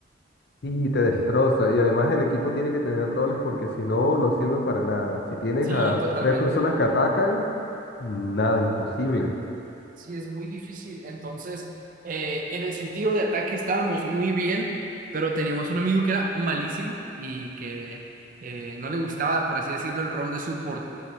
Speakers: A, on the left; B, on the right.
A: Y te destroza.
B: En-
A: Y además el equipo tiene que tener roles porque si no, no sirven para nada. Si tienes
B: Sí,
A: a
B: totalmente.
A: tres personas que atacan, nada, imposible.
B: Sí, es muy difícil. Entonces, eh, en el sentido de ataque estábamos muy bien, pero teníamos un amigo que era malísimo y que eh, no le gustaba, por así decirlo, el rol de support.